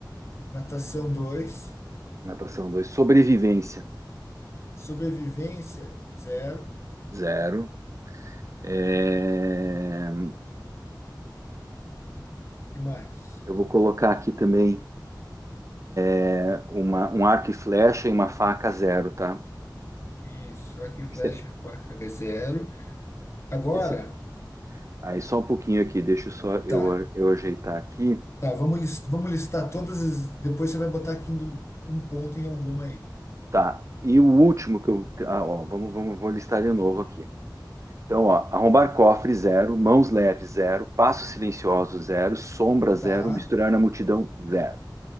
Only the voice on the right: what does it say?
Natação dois. Sobrevivência.
Zero. É,
Eu vou colocar aqui também é, uma, um arco e flecha e uma faca zero, tá?
Esse-
esse- Aí só um pouquinho aqui, deixa eu só eu,
eu ajeitar aqui.
Tá. E o último que eu. Ah, ó, vamos, vamos, vou listar de novo aqui. Então, ó, arrombar cofre, zero. Mãos leves, zero. Passo silencioso, zero. Sombra, zero.
Misturar na multidão, zero.